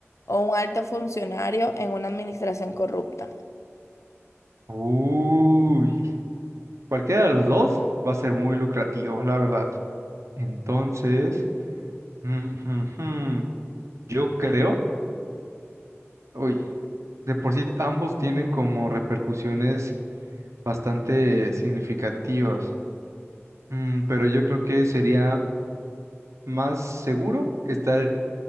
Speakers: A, on the left (about 85°); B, on the right (about 85°).
A: o un alto funcionario en una administración corrupta?
B: Uy, cualquiera de los dos va a ser muy lucrativo, la verdad. Entonces, mm, mm, mm, yo creo, uy, de por sí ambos tienen como repercusiones bastante significativas, Mm, pero yo creo que sería más seguro estar,